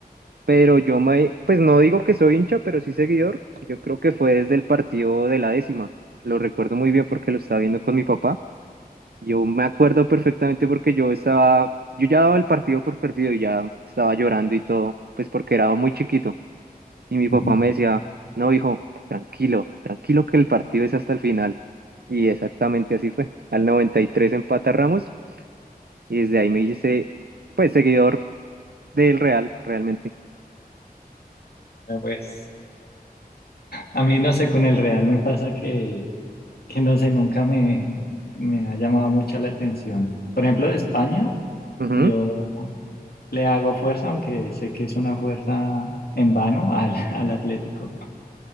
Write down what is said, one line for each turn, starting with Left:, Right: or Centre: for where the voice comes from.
Right: Pero yo me, pues no digo que soy hincha, pero sí seguidor. Yo creo que fue desde el partido de la décima. Lo recuerdo muy bien porque lo estaba viendo con mi papá. Yo me acuerdo perfectamente porque yo estaba, yo ya daba el partido por perdido y ya estaba llorando y todo, pues porque era muy chiquito. Y mi
Left: Ujú.
Right: papá me decía, no, hijo, tranquilo, tranquilo que el partido es hasta el final. Y exactamente así fue. Al 93 empata Ramos y desde ahí me hice, pues, seguidor del Real, realmente.
Left: Ah, Pues a mí no sé, con el Real me pasa que, que no sé, nunca me, me ha llamado mucho la atención. Por ejemplo, de España,
Right: Ujú.
Left: yo le hago fuerza, aunque sé que es una fuerza en vano <laughs> al, al Atlético,